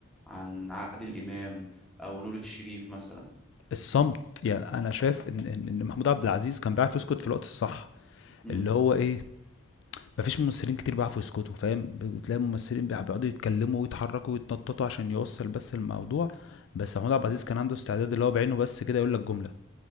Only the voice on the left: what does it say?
الصمت يعني انا شايف ان ان, إن محمود عبد العزيز كان بيعرف يسكت في الوقت الصح
اللي هو ايه مفيش ممثلين كتير بيعرفوا يسكتوا فاهم بتلاقي ممثلين بيع- بيقعدوا يتكلموا ويتحركوا ويتنططوا عشان يوصل بس الموضوع بس محمود عبد العزيز كان عنده استعداد اللي هو بعينه بس كده يقول لك جمله